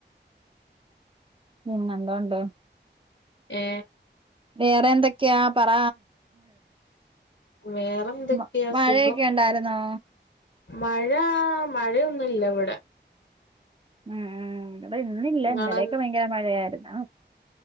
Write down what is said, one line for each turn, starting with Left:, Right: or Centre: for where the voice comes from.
Right: പിം എന്തോണ്ട്
Left: ഏ
Right: വേറെ എന്തൊക്കെയാ പറ
Left: വേറെന്തൊക്കെയാ
Right: മ മഴയൊക്കെ
Left: സുഖം
Right: ഉണ്ടായിരുന്നോ
Left: മഴ മഴയൊന്നുംല്ല ഇവിടെ
Right: ഉം ഉ അപ്പ ഇന്നില്ല
Left: നിങ്ങളെ
Right: ഇന്നലെയൊക്കെ ഭയങ്കര മഴയായിരുന്നോ